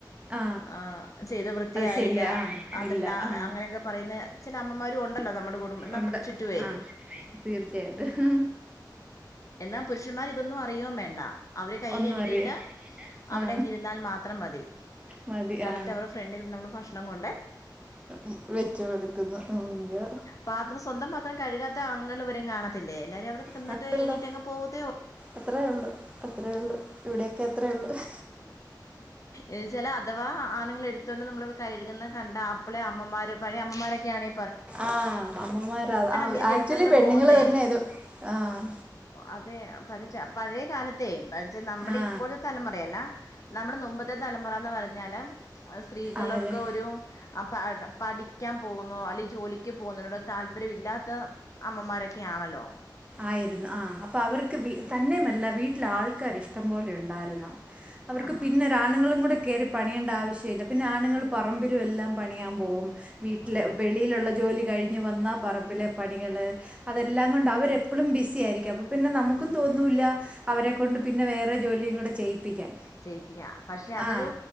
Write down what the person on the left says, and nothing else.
ആഹ്‌ ചെയ്ത വൃത്തിയായില്ല
അതെല്ലാം
അങ്ങനെക്കെ പറയുന്ന ചില അമ്മമാരും ഉണ്ടല്ലോ നമ്മുടെ കുടുംബം നമ്മുടെ
ചുറ്റുവേ
എന്നാ പുരുഷന്മാര് ഇതൊന്നും അറിയോം വേണ്ട അവര് കൈ
കഴുകിയിട്ട്
അവിടങ്ങ്
ഇരുന്നാൽ മാത്രം മതി
കറക്റ്റ്
അവരുടെ ഫ്രണ്ടിൽ നമ്മൾ ഭക്ഷണം കൊണ്ടേയ്
പാത്രം സ്വന്തം പാത്രം കഴുകാത്ത ആണുങ്ങൾ വരെ കാണത്തില്ലേ എല്ലാരും അവിടെ നിന്നിട്ട്
എണീറ്റ് അങ്ങ് പോകത്തേ
ഏഹ് ചില അഥവാ ആണുങ്ങൾ എടുത്തുകൊണ്ട് നമ്മള കഴുകുന്നത് കണ്ട അപ്പളെ അമ്മമാര് പഴയ അമ്മമാരൊക്കെയാണെ
നീ അത്
എടുത്തുകൊണ്ട്
പോകുന്നത്
അതെയ് പല ച പഴയ കാലത്തെയ് <unintelligible> നമ്മുടെ
ഇപ്പോഴത്തെ തലമുറയല്ല നമ്മുടെ നുമ്പത്തെ തലമുറാന്ന് പറഞ്ഞാല് സ്ത്രീകൾക്ക്
ഒരു ആ പഠിക്കാൻ പോകുന്നോ അല്ലെങ്കിൽ ജോലിക്ക് പോകുന്നതിനോട് താല്പര്യംമില്ലാത്ത അമ്മമാരൊക്കെ ഒക്കെ ആണല്ലോ
ആ
ആ
മനസ്സിലായി
ചെയ്യിപ്പിക്കാ പക്ഷെ അതൊരു